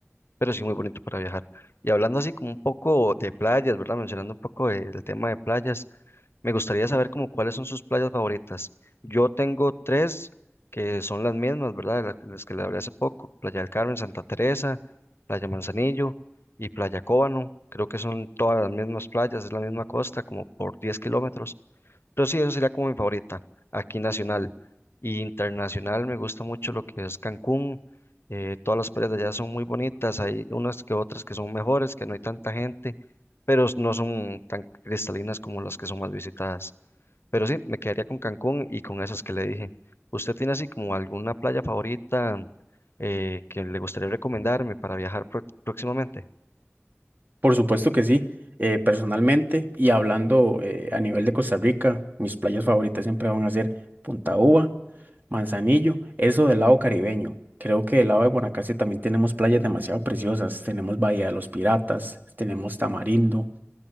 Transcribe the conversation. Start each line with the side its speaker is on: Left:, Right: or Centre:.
Left: pero sí muy bonito para viajar. Y hablando así como un poco de playas, ¿verdad? Mencionando un poco de- el tema de playas, me gustaría saber como cuáles son sus playas favoritas. Yo tengo tres que son las mismas, ¿verdad? Las, las que le hablé hace poco, Playa del Carmen, Santa Teresa, Playa Manzanillo y Playa Cóbano. Creo que son todas las mismas playas, es la misma costa, como por 10 kilómetros. Pero sí, eso sería como mi favorita, aquí nacional. Y internacional me gusta mucho lo que es Cancún. eh, todas las playas de allá son muy bonitas, hay unas que otras que son mejores, que no hay tanta gente, pero s- no son tan cristalinas como las que son más visitadas. Pero sí, me quedaría con Cancún y con esas que le dije. ¿Usted tiene así como alguna playa favorita eh, que le gustaría recomendarme para viajar pro- próximamente?
Right: Por supuesto que sí, eh, personalmente y hablando eh, a nivel de Costa Rica, mis playas favoritas siempre van a ser Punta Uva, Manzanillo, eso del lado caribeño. Creo que del lado de Guanacaste también tenemos playas demasiado preciosas. Tenemos Bahía de los Piratas, tenemos Tamarindo.